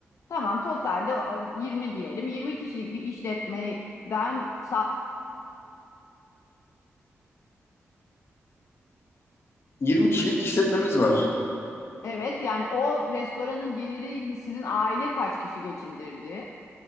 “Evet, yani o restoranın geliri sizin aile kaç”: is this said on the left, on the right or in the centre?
Left